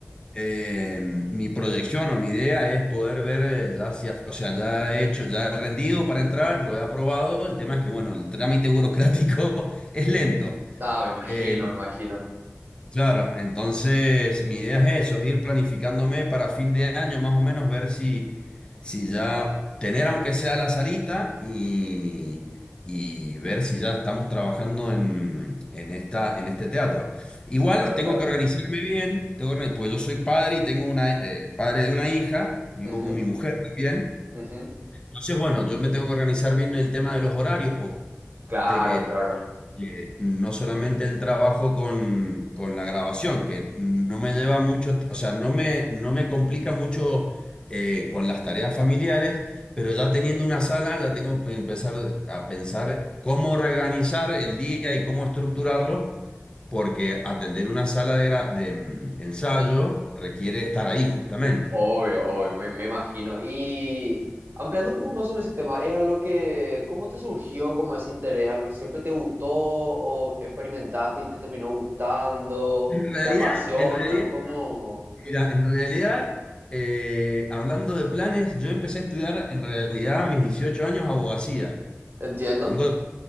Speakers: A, on the left (about 20°); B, on the right (about 50°).
A: Em, mi proyección o mi idea es poder ver, eh, ya si af- o sea, ya he hecho, ya he rendido para entrar, lo he aprobado. El tema es que, bueno, el trámite burocrático <laughs> es lento.
B: Ah, me imagino,
A: Eh,
B: me imagino.
A: Claro, entonces mi idea es eso, es ir planificándome para fin de año más o menos, ver si, si ya tener aunque sea la salita y, y ver si ya estamos trabajando en, en esta, en este teatro. Igual
B: Claro,
A: tengo
B: claro.
A: que organizarme bien, tengo que organi- porque yo soy padre y tengo una, eh, padre de una hija, vivo
B: Ujú,
A: con mi mujer también.
B: ujú.
A: Entonces, bueno, yo me tengo que organizar bien el tema de los horarios, pues,
B: Claro,
A: de que
B: claro.
A: eh, no solamente el trabajo con, con la grabación, que no me lleva mucho, ti- o sea, no me, no me complica mucho eh, con las tareas familiares, pero ya teniendo una sala, ya tengo que empezar a pensar cómo organizar el día y cómo estructurarlo, porque atender una sala de, gra- de mm, ensayo requiere estar ahí justamente.
B: Obvio, obvio, me, me imagino. Y ampliando un poco más sobre ese tema, ¿es algo que, cómo te surgió como ese interés? ¿Algo siempre te gustó o experimentaste y te terminó gustando?
A: En realidad,
B: ¿Te apasiona?
A: en realidad,
B: ¿Cómo?
A: Mira, en realidad, eh, hablando de planes, yo empecé a estudiar en realidad a mis 18 años abogacía.
B: Entiendo.
A: Tengo,